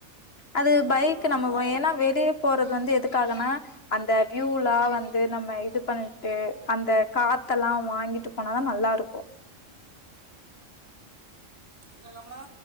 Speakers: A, on the left; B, on the right.
A: அது பைக்
B: ஆ.
A: நம்ம
B: ஆ.
A: என்னா வெளிய போறது வந்து எதுக்காகன்னா அந்த வியூலா வந்து நம்ம இது பண்ணிட்டு
B: என்ன கமலா?
A: அந்த காத்தல்லா வாங்கிட்டு போனாதா நல்லாருக்கு
B: என்ன கம்லா